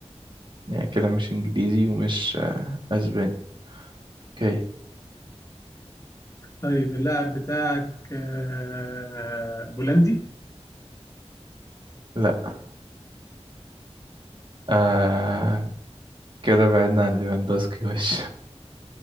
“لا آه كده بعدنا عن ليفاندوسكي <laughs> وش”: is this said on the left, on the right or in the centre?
Right